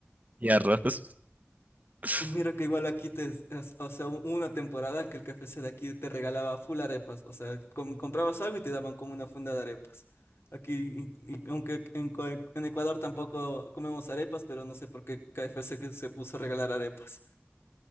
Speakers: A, on the right; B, on the left.
A: ni arroz. <laughs>
B: Mira que igual aquí te, es- es- o sea, hubo una temporada que el KFC de aquí te regalaba full arepas, o sea, com- comprabas algo y te daban como una funda de arepas. Aquí, y- y aunque en, cua- en Ecuador tampoco comemos arepas, pero no sé por qué KFC que se puso a regalar arepas.